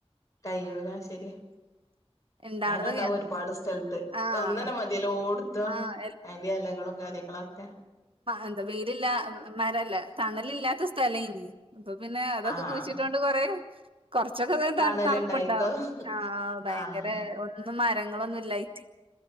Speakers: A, on the left; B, on the right.
A: കഴിയൂല്ല ശരിയാ,
B: ഇണ്ടാവണതൊക്കെ
A: അങ്ങനണ്ടാവും ഒരുപാട് സ്ഥലത്ത്
B: ആഹ്
A: ഒന്നനെ മ ഏലൊടുത്ത്
B: ആഹ്
A: അതിന്റെ ഇലകളും കാര്യങ്ങളൊക്കെ.
B: എന്ത് വെയിലില്ല, മരല്ല തണലില്ലാത്ത സ്ഥലം ഇനി അപ്പൊ പിന്നെ അതൊക്കെ
A: ആഹ്
B: കുഴിച്ചിട്ടോണ്ട് കൊറെ കുറച്ചൊക്കെ അങ്ങനെ
A: തണല്ണ്ടായിരിക്കും
B: തണുപ്പുണ്ടാവും. ആ ഭയങ്കര
A: ആഹ്
B: ഒന്നും മരങ്ങളൊന്നുമില്ലായിട്ട്.